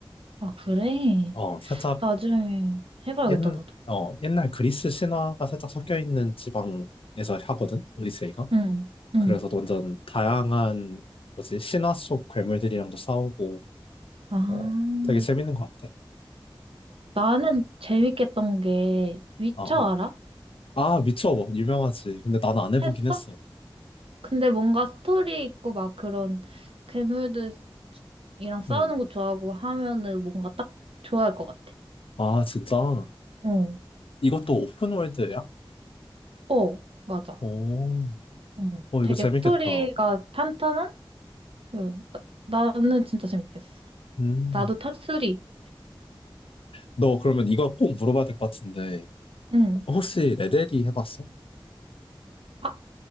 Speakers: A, on the right (about 85°); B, on the left (about 80°).
A: 아, 그래?
B: 어, 살짝
A: 나중에 해봐야겠다,
B: 옛,
A: 나도.
B: 어, 옛날 그리스 신화가 살짝 섞여 있는 지방에서 하거든. 오디세이가.
A: 응, 응.
B: 그래서 완전 다양한 뭐지? 신화 속 괴물들이랑도 싸우고
A: 아,
B: 어, 되게 재밌는 것 같아.
A: 나는 재밌겠던 게, 위쳐
B: 어, 어.
A: 알아?
B: 아, 미쳐봐. 유명하지. 근데 나는 안 해보긴
A: 했어?
B: 했어.
A: 근데 뭔가 스토리 있고 막 그런 괴물들이랑 싸우는
B: 음.
A: 거 좋아하고 하면은 뭔가 딱 좋아할 것 같아.
B: 아, 진짜?
A: 어,
B: 이것도 오픈월드야?
A: 어, 맞아.
B: 오,
A: 음,
B: 어,
A: 되게
B: 이거 재밌겠다.
A: 스토리가 탄탄한? 음, 나, 나는 진짜 재밌겠어.
B: 음.
A: 나도 탑3.
B: 너 그러면 이거 꼭 물어봐야 될 것 같은데.
A: 응.
B: 혹시 레데리 해봤어?
A: 아,